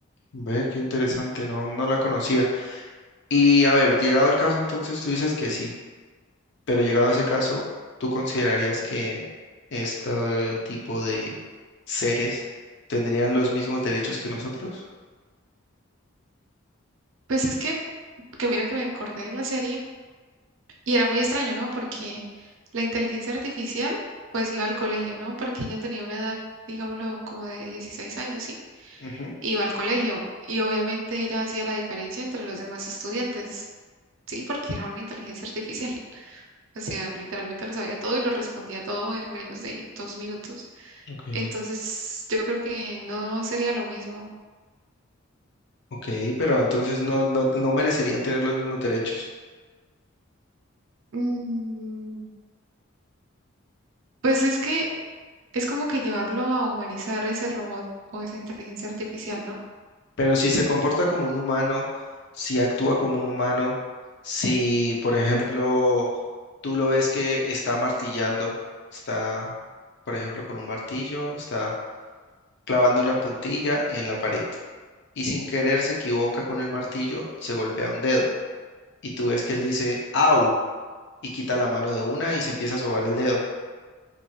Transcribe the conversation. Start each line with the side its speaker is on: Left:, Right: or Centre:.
Left: Ve, qué interesante. No, no la conocía. Y a ver, llegado el caso, entonces tú dices que sí. Pero llegado a ese caso, ¿tú considerarías que este tipo de seres tendrían los mismos derechos que nosotros?
Right: Pues es que, que mira que me acordé de la serie y era muy extraño, ¿no? Porque la inteligencia artificial, pues iba al colegio, ¿no? Porque ella tenía una edad, digámoslo, como de 16 años, ¿sí?
Left: Ujú,
Right: Iba al colegio y obviamente ella hacía la diferencia entre los demás estudiantes, ¿sí? Porque era una inteligencia artificial. <laughs> O sea, literalmente lo sabía todo y lo respondía todo en menos de dos minutos.
Left: Ok,
Right: Entonces, yo creo que no sería lo mismo.
Left: ok, pero entonces no, no, no merecerían tener los mismos derechos.
Right: Mm, pues es que es como que llevarlo a humanizar ese robot o esa inteligencia artificial, ¿no?
Left: Pero si se comporta como un humano, si actúa como un humano, si, por ejemplo, tú lo ves que está martillando, está, por ejemplo, con un martillo, está clavando una puntilla en la pared. y sin querer se equivoca con el martillo y se golpea un dedo. Y tú ves que él dice, au, y quita la mano de una y se empieza a sobar el dedo.